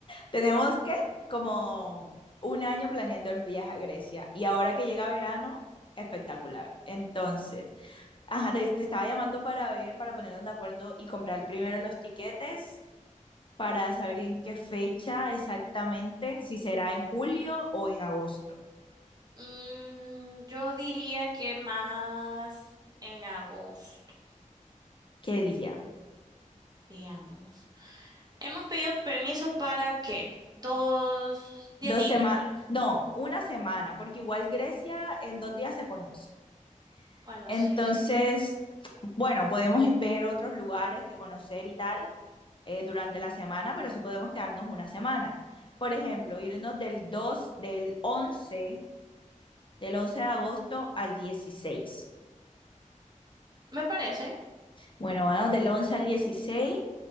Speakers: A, on the left; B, on the right.
A: Tenemos que como un año planeando el viaje a Grecia y ahora que llega verano, espectacular. Entonces, ajá, te, te estaba llamando para ver, para ponernos de acuerdo y comprar primero los tiquetes para saber en qué fecha exactamente, si será en julio o en agosto.
B: Mm, yo diría que más en agosto,
A: ¿Qué día?
B: veamos. Hemos pedido permiso para ¿qué? Dos, diez
A: Dos
B: días.
A: semanas, no, una semana, porque igual Grecia en dos días se conoce.
B: Bueno,
A: Entonces,
B: sí, de-
A: bueno, podemos ir ver otros lugares que conocer y tal, eh, durante la semana, pero sí podemos quedarnos una semana. Por ejemplo, irnos del dos del once del 11 de agosto al 16.
B: me parece,
A: Bueno, vamos del 11 al 16.